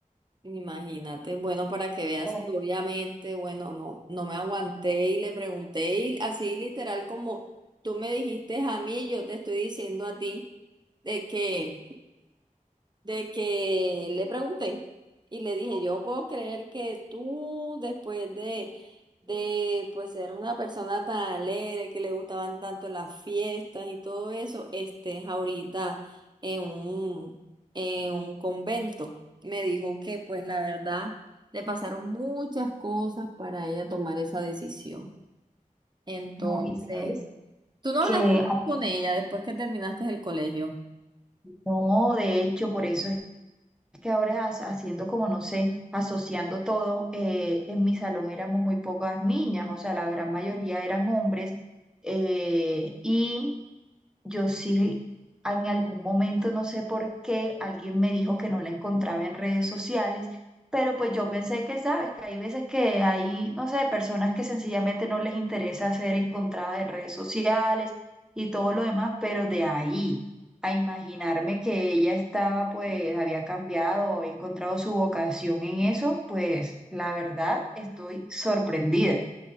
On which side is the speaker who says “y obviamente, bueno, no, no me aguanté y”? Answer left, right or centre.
Right